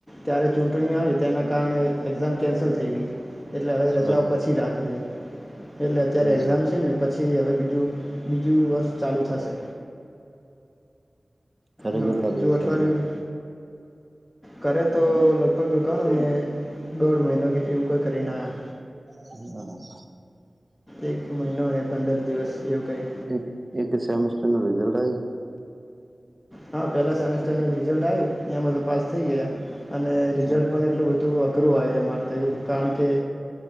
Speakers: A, on the left; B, on the right.
A: ત્યારે ચૂંટણી આવે તેના કારણે એક્ઝામ કેન્સલ થઈ ગઈ. એટલે હવે રજાઓ
B: બરાબર
A: પછી રાખી હે એટલે અત્યારે
B: હમ
A: એક્ઝામ છે ને પછી હવે બીજું, બીજું વર્ષ ચાલુ થશે.
B: ઘરે
A: હા
B: કેટલા દિવસ
A: જો અઠવાડિયુ
B: રહીને
A: કરે તો લગભગ ગણો ને દોઢ મહિનો એવું કઈ કરી ને આયા.
B: હમમ.
A: એક મહિનો ને પંદર દિવસ એવું કઈ.
B: એક એક સેમિસ્ટર નું રિઝલ્ટ આયુ.
A: હા પેલા સેમેસ્ટર નું રિઝલ્ટ આયું એમાં તો પાસ થઈ ગયા અને
B: આવ્યું
A: રિઝલ્ટ પણ એટલું બધું થોડું અઘરું આયુ અમારે તો એવું કારણ કે